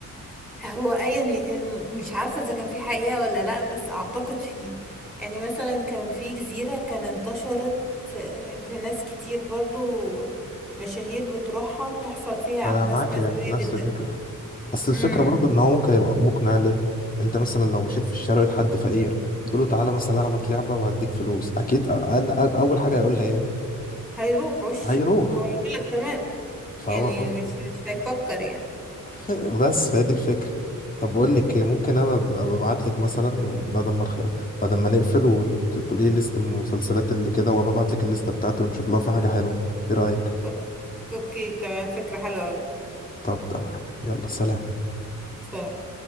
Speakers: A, in the centre; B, on the left.
A: هو أي يعني م- مش عارفة إذا كان في حقيقة ولا لأ بس أعتقد فيه يعني مثلا كان في جزيرة كان انتشرت آه، لناس كتير برضو مشاهير بتروحها بتحصل فيها
B: انا
A: أحداث
B: معاك
A: مأساوية
B: في نفس
A: جدا
B: الفكره اصل الفكره
A: امم
B: برضه ان هو ممكن يبقى مقنع ليه انت مثلا لو مشيت في الشارع لقيت حد فقير تقول له تعالى مثلا العبك لعبه وهديك فلوس اكيد أقل أقل اول حاجه هيقولها ايه
A: هيروحوش
B: هيروح
A: هو يقولك تمام
B: فهو
A: يعني
B: فاهم
A: مش مش هيفكر يعني
B: <laughs> بس هي دي الفكره طب بقول لك إيه، ممكن انا ابعت لك مثلا بعد ما نخ- بعد ما نقفل وتقولي لي ليست المسلسلات اللي كده وابعت لك الليسته بتاعتي ونشوف لو في حاجه حلوه ايه رايك
A: أوك- أوكي تمام فكرة حلوة أوي
B: طب تمام يلا سلام
A: سلام